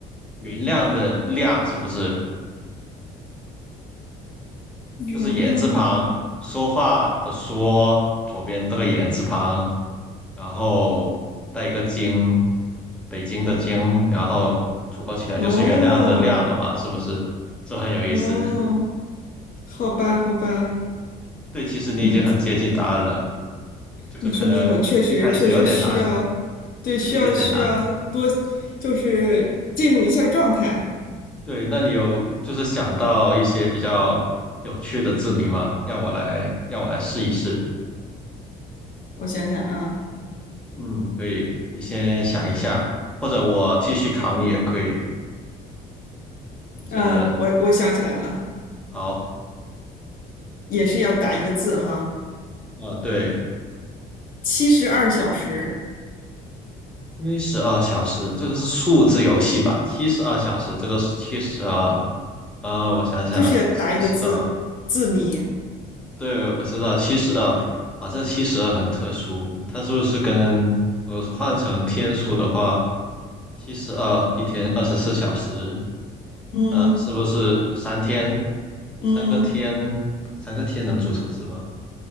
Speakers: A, in the centre; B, on the left.
A: 原谅的谅是不是？
B: 原谅的，
A: 就是言字旁，说话的说，左边这个言字旁，然后带一个京，北京的京，然后组合起来就是原谅的谅了嘛，
B: 哦，
A: 是不是？这很有意思。
B: 哦，
A: <laughs>
B: 好吧，好吧，
A: 对，其实你已经很接近答案了，
B: 嗯，
A: 这个可能一开始有点难，
B: 那说明我确实确实需要，对，需要需要多，
A: 这个有点难。
B: 就是进入一下状态。
A: 对，那你有就是想到一些比较有趣的字谜吗？让我来，让我来试一试。
B: 我想想啊。
A: 嗯，可以，你先想一下，或者我继续考你也可以，你觉得
B: 嗯，我我想起来了，
A: 好？
B: 也是要答一个字哈，
A: 啊，对，
B: 七十二小时
A: 七十二小时，这个是数字游戏吧？七十二小时，这个七十二，呃，我想想，
B: 就是要答一个字，
A: 七十二，
B: 字谜。
A: 对，我知道七十二，啊，这七十二很特殊，它是不是跟我换成天数的话，七十二一天二十四小时，
B: 嗯
A: 呃，是不是三天，
B: 嗯，
A: 三个天，三个天能组成字吗？